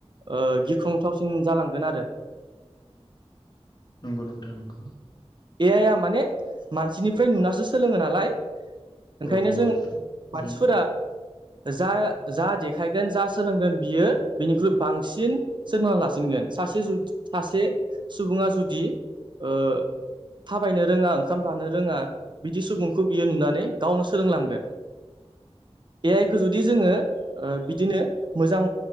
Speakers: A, on the right; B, on the left.
A: ओ गिख्रंथावसिन जालांगोन आरो
B: नंगौ नोंथां नंगौ
A: ए आइया माने मानसिनिफ्राय नुनासो सोलोङो नालाय
B: औ
A: ओंखायनो
B: नंगौ
A: जों
B: नोंथां ओरैनो
A: मानसिफोरा जा जा देखायगोन जा सोलोंगोन बियो बिनिख्रुइ बांसिन सोरना लासिनगोन सासे सासे सुबुङा जुदि ओ थाबायनो रोङा ओंखाम जानो रोङा बिदि सुबुंखौ बियो नुनानै गावनो सोलोंलांगोन ए आइखौ जुदि जोङो बिदिनो मोजां